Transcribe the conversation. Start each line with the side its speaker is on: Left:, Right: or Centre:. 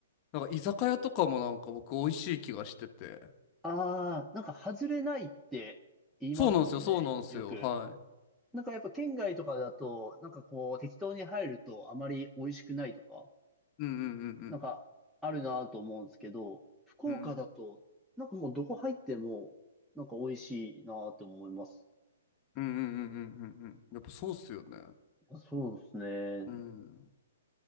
Left: なんか居酒屋とかもなんか僕美味しい気がしてて。
Centre: ああ、なんか外れないって言いますもんね、
Left: そうなんですよ、そうなんですよ。
Centre: よく。
Left: はい。
Centre: なんかやっぱ県外とかだと、なんかこう適当に入るとあまり美味しくないとか、
Left: うんうんうん
Centre: なんかあるなぁと思うんですけど、福岡だと、
Left: うん。
Centre: なんかもうどこ入っても、なんか美味しいなぁって思います。
Left: うんうんうんうんうんうんうんやっぱそうっすよね。
Centre: そうですね。
Left: うん。